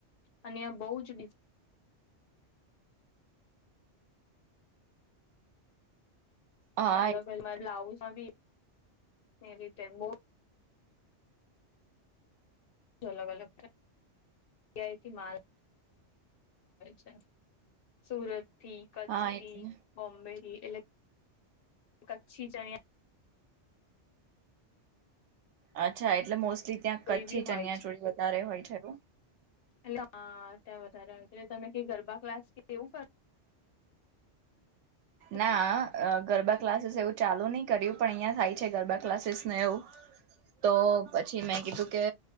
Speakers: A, on the left; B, on the right.
A: અને બવ જ ડિફ
B: હા
A: અલગ
B: એ-
A: અલ બ્લાઉઝમાં બી એ રીતે બવ અલગ અલગ ત્યાંથી માલ છે સુરત થી કચ્છથી
B: હા એટલે
A: બોમ્બે એટલે કચ્છી ચણ
B: અચ્છા એટલે મોસ્ટલી ત્યાં
A: ચોળી
B: કચ્છી
A: બી હોય
B: ચનિયાચોળી વધારે હોય છે. એવું
A: એ હા ત્યાં વધારે એટલે તમે ક ગરબા ક્લાસ કે એવું કર
B: ના.
A: છો
B: અ ગરબા ક્લાસીસ એવું ચાલુ નહી કર્યું પણ અહિયાયા થાય છે ગરબા ક્લાસીસ ને એવું તો પછી મેં કીધું કે